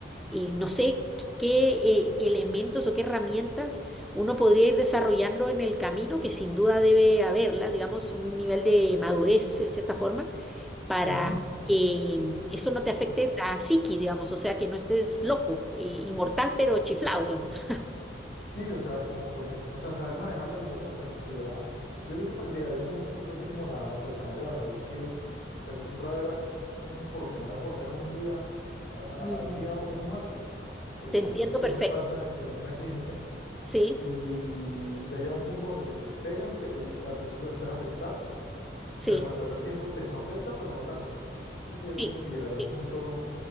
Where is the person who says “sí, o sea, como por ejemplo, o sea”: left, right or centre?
Left